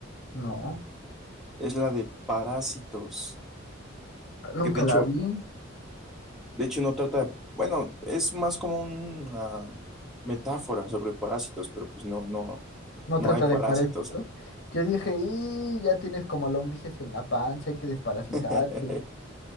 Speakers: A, on the left; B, in the centre.
A: No,
B: Es la de parásitos.
A: nunca
B: Que de hecho,
A: la vi.
B: de hecho no trata de... Bueno, es más como una metáfora sobre parásitos, pero pues no, no,
A: No
B: no
A: trata
B: hay parásitos.
A: de parásitos. Yo dije, y ya tienes como lombrices en la panza, hay que desparasitarse.
B: <laughs>